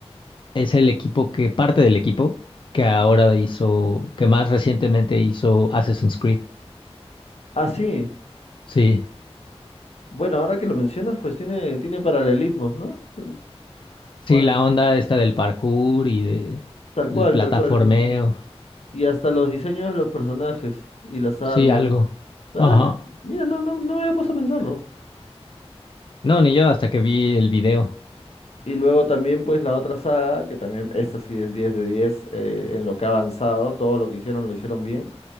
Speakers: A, on the left (about 50°); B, on the left (about 75°).
A: es el equipo que, parte del equipo que ahora hizo, que más recientemente hizo Assassin's Creed.
B: Ah, sí,
A: Sí,
B: bueno, ahora que lo mencionas, pues tiene, tiene paralelismos, ¿no? Mm,
A: sí,
B: Ahora,
A: la onda esta del parkour y de
B: tal
A: el
B: cual,
A: plataformeo,
B: tal cual. Y hasta los diseños de los personajes y las armas.
A: sí, algo.
B: Ah,
A: Ajá.
B: mira, no, no, no me había puesto a pensarlo.
A: No, ni yo hasta que vi el video.
B: Y luego también pues la otra saga, que también esta sí es diez de diez eh, en lo que ha avanzado, todo lo que hicieron lo hicieron bien,